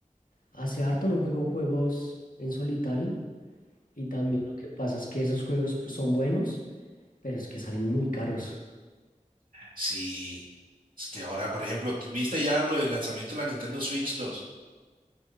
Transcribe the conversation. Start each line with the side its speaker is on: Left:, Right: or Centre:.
Left: hace harto no juego juegos en solitario y también lo que pasa es que esos juegos pues, son buenos, pero es que salen muy caros.
Right: Sí, es que ahora, por ejemplo, ¿tú viste ya lo del lanzamiento de la Nintendo Switch dos.